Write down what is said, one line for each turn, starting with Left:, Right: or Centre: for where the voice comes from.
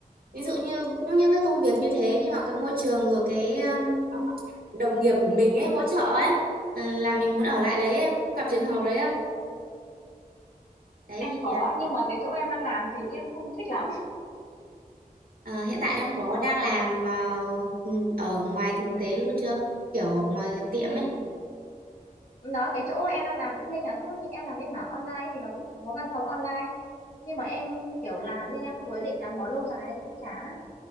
Right: ví dụ như cũng những cái công việc như thế nhưng mà cái môi trường rồi cái um, đồng nghiệp của mình ấy hỗ trợ ấy là mình muốn ở lại đấy em gặp trường hợp đấy không đấy
Left: em
Right: thì
Left: có nhưng mà cái chỗ em đang làm thì em không thích lắm
Right: ờ, hiện tại em có đang làm ờ, ừ, ở ngoài thực tế luôn chưa kiểu ở ngoài cái tiệm
Left: thì
Right: ấy
Left: đó cái chỗ em đang làm cũng bên nhà thuốc nhưng em làm bên mảng online ấy, thì nó cũng có văn phòng online nhưng mà em kiểu làm nhưng em không có ý định gắn bó lâu dài nên cũng chán á